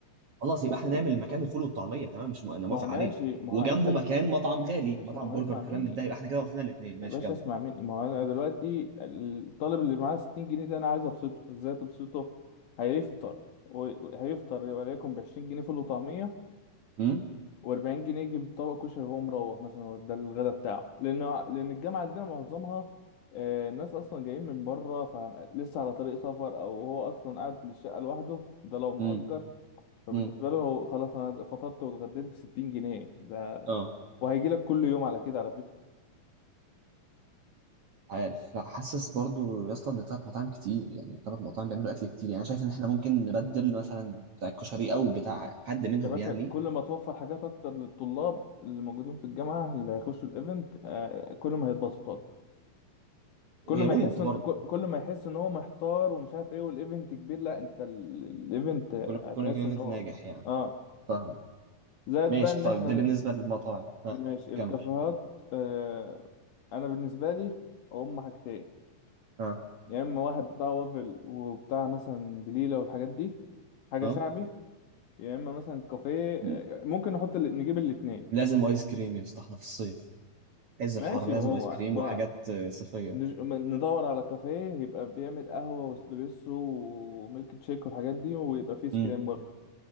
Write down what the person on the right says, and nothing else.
خلاص يبقى احنا نعمل مكان الفول والطعميه تمام مش م... انا
موافق
عليه
وجنبه
مكان مطعم غالي
مطعم
برجر
وكلام
من ده يبقى احنا كده وفينا الاثنين
ماشي
كمل
امم
امم
امم
اه
عارف لا حاسس برضو يا اسطى ان ثلاث مطاعم كتير يعني ثلاث مطاعم بيعملوا اكل كتير يعني أنا شايف ان احنا ممكن نبدل مثلا بتاع الكشري او بتاع حد منهم
يعني
هي
بوينت
برضه
كل
كل ايفنت
ناجح يعني
فاهم
ماشي
طيب
ده
بالنسبه للمطاعم ها
كمل
ها
ها
م-
لازم ايس كريم يا اسطى احنا في الصيف عز
الحر لازم
ايس كريم
وحاجات آه، صيفيه
امم